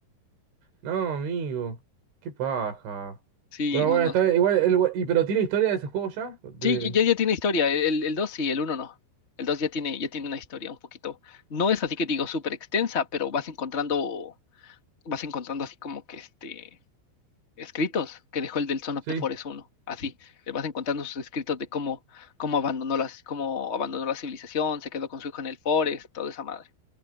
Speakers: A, on the right; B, on the left.
A: No, amigo. Qué paja.
B: Sí,
A: Bueno,
B: no,
A: bueno,
B: no.
A: está
B: no.
A: bien. Igual, el y, pero ¿tiene historia de ese juego ya? De...
B: Sí, ya, ya ya tiene historia, e, el, el 2 sí, el uno no. El 2 ya tiene, ya tiene una historia un poquito. No es así que digo súper extensa, pero vas encontrando vas encontrando así como que este escritos que dejó el del Son of
A: Sí.
B: the Forest uno así, le vas encontrando sus escritos de cómo, cómo abandonó las, cómo abandonó la civilización, se quedó con su hijo en el Forest, toda esa madre.